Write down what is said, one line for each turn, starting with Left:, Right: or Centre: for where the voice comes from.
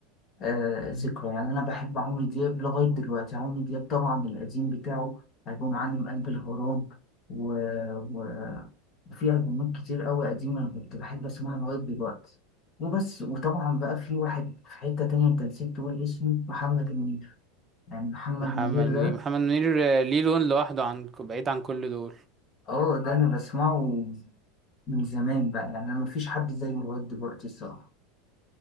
Left: آه، ذكرى يعني أنا بحب عمرو دياب لغاية دلوقتي عمرو دياب طبعا القديم بتاعه ألبوم عالم قلب الغراب و... و... وفي ألبومات كتير قوي قديمة أنا كنت بحب أسمعها لغاية دلوقتي وبس وطبعا بقى في واحد في حتة تانية أنت نسيت تقول اسمه محمد منير يعني محمد
Right: محمد
Left: منير
Right: منير
Left: ده
Right: محمد منير آه، ليه لون لوحده عن بعيد عن كل دول
Left: اه ده أنا بسمعه من زمان بقى يعني أنا مفيش حد زيه لغاية دلوقتي الصراحة